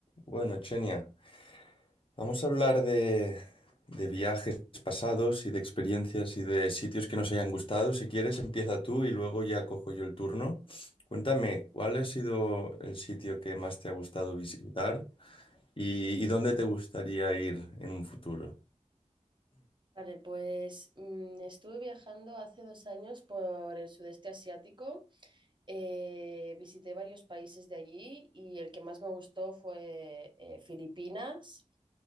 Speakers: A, on the left; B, on the right.
A: Bueno, Chenia, vamos a hablar de, de viajes pasados y de experiencias y de sitios que nos hayan gustado. Si quieres, empieza tú y luego ya cojo yo el turno. Cuéntame, ¿cuál ha sido el sitio que más te ha gustado visitar y, y dónde te gustaría ir en un futuro?
B: Vale, pues mm, estuve viajando hace dos años por el sudeste asiático. Eh, visité varios países de allí y el que más me gustó fue eh, Filipinas,